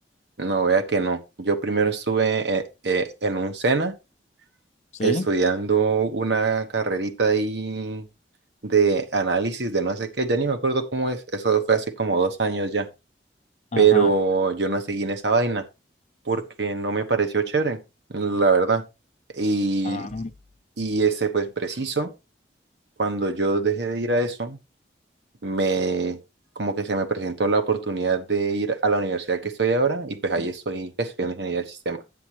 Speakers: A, on the right (about 70°); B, on the left (about 40°).
A: No, vea que no. Yo primero estuve eh, eh, en un SENA
B: ¿Sí?
A: estudiando una carrerita ahí de análisis de no sé qué, ya ni me acuerdo cómo es, eso fue hace como dos años ya,
B: Ajá.
A: pero yo no seguí en esa vaina porque no me pareció chévere, la verdad. Y,
B: Ah,
A: y ese, pues preciso, cuando yo dejé de ir a eso, me como que se me presentó la oportunidad de ir a la universidad que estoy ahora y pues ahí estoy estudiando ingeniería del sistema.